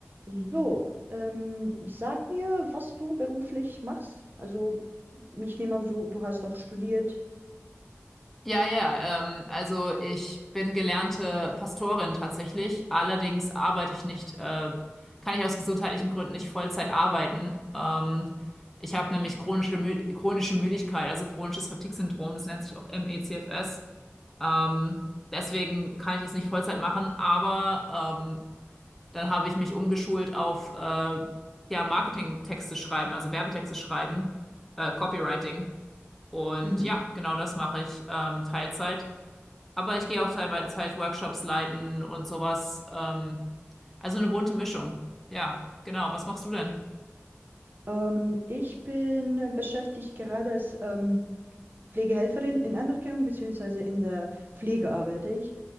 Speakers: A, on the right; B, in the centre.
A: So, ähm, sag mir, was du beruflich machst. Also, ich nehme an, so, du hast auch studiert.
B: Ja, ja, ähm, also ich bin gelernte Pastorin tatsächlich. Allerdings arbeite ich nicht, äh, kann ich aus gesundheitlichen Gründen nicht Vollzeit arbeiten. Ähm, ich habe nämlich chronische, Mü chronische Müdigkeit, also chronisches Fatigue-Syndrom, das nennt sich auch MECFS. Ähm, deswegen kann ich das nicht Vollzeit machen, aber ähm, dann habe ich mich umgeschult auf äh, ja, Marketingtexte schreiben, also Werbetexte schreiben, äh, Copywriting. Und
A: Mhm.
B: ja, genau das mache ich ähm, Teilzeit. Aber ich gehe auch teilweise halt Workshops leiten und sowas. Ähm, also eine bunte Mischung. Ja, genau. Was machst du denn?
A: Ähm, ich bin beschäftigt gerade als ähm, Pflegehelferin in Anerkennung, beziehungsweise in der Pflege arbeite ich.